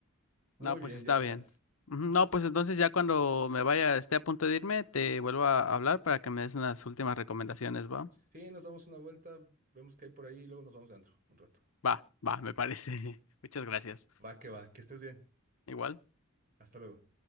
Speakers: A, on the right; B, on the left.
A: Muy
B: No,
A: bien,
B: pues está
A: ya estás.
B: bien. Ujú, No, pues entonces ya cuando me vaya, esté a punto de irme, te vuelvo a hablar para que me des unas últimas recomendaciones, ¿va?
A: Sí, nos damos una vuelta, vemos qué hay por ahí y luego nos vamos de antro un rato.
B: Va, va, me parece. <laughs> Muchas gracias.
A: Va que va, que estés bien.
B: Igual.
A: Hasta luego.